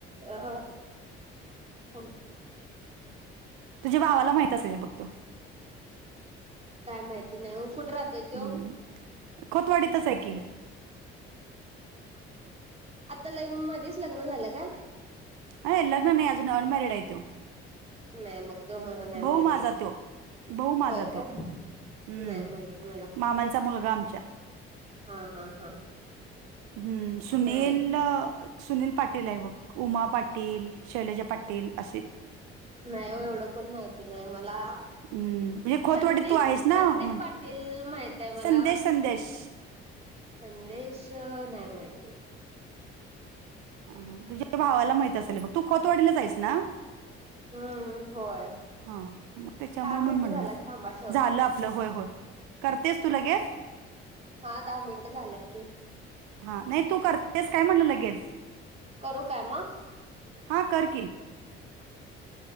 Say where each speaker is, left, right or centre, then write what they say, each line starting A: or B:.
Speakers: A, on the right; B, on the right.
A: अ हो
B: तुझ्या भावाला माहित असेल बघ तो
A: काय माहिती नाही ओ कुठे राहतोय तो
B: हम्म खोतवाडीतच आहे की
A: आता ल मध्येच लग्न झालं का
B: अ लग्न नाही अजून अनमॅरिड आहे तो
A: नाही मग तो मला नाही
B: भाऊ
A: माहिती
B: माझा तो भाऊ माझा
A: होय काय
B: तो हम्म
A: नाही माहिती मला
B: मामाचा मुलगा आमच्या
A: हा हा हा
B: ह सुनील
A: नाही
B: सुनील पाटील आहे बघ उमा पाटील शैलेजा पाटील असे
A: नाही हो एवढं कोण माहिती नाही मला
B: हम्म म्हणजे खोतवाडी
A: संदीप
B: तू आहेस ना
A: संदीप
B: म्हण
A: पाटील माहित आहे मला
B: संदेश संदेश
A: संदेश नाहीय माहिती
B: अ तुझ्या भावाला माहित असेल बघ तू खोतवाडीला हाईस ना
A: हम्म होय
B: हा मग त्याच्यामुळे
A: दहा
B: म
A: मिनिटं
B: म्हटलं
A: झालात थांबा ठेवतो
B: झालं आपलं होय होय करतेस तू लगेच
A: हा दहा मिनट झालत की
B: हा नाही तू करतेस काय म्हणलं लगेच
A: करू काय मग
B: हां कर के
A: हा <inaudible>